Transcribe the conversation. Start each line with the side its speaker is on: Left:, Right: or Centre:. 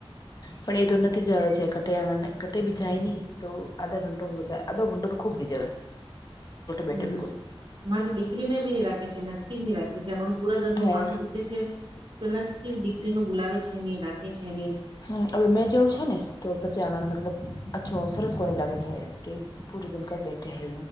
Left: પણ એ તો નથી જવા છે ક કટે બી જાય નહી તો આધા ઘંટો હજ અધો ઘંટો તો ખુબ ભીજે
Right: હમ
Left: બેઠે બી
Right: મારે તો દીકરી ને બી <unintelligible> આપણ હું પુરા દન નનું
Left: હે
Right: માથું દુખે છે તો નકી દીકરી નું બોલાવે છે નહીં રાખે છે નહી
Left: હમ હવે મેં જવું છે ને તો પછી આનોને મતલબ અચ્છો સરસ કોની લાગત છેૈ કે પૂરે દિન કર બેઠે હૈ